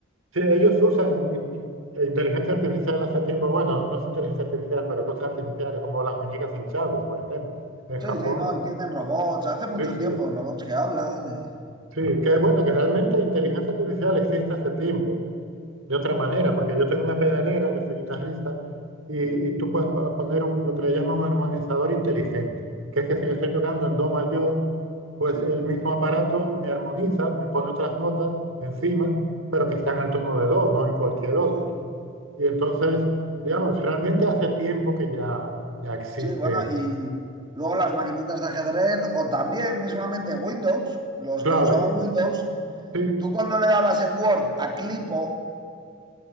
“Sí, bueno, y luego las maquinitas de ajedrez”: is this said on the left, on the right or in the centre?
Right